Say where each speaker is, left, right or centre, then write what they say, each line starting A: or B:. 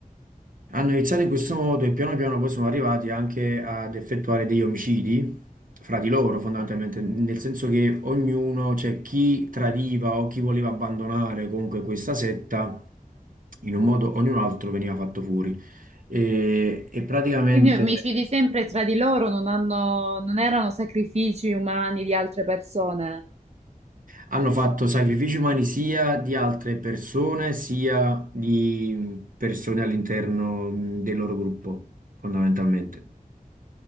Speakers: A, on the right (about 70°); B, on the right (about 50°).
A: Hanno iniziato in questo modo e piano piano poi sono arrivati anche ad effettuare degli omicidi fra di loro, fondamentalmente,
B: Ah,
A: nel senso che ognuno, cioè chi tradiva o chi voleva abbandonare comunque questa setta, in un modo o in un altro veniva fatto fuori. E, e praticamente
B: Quindi omicidi sempre tra di loro, non hanno, non erano sacrifici umani di altre persone.
A: hanno fatto sacrifici umani sia di altre persone, sia di persone all'interno mh, del loro gruppo, fondamentalmente.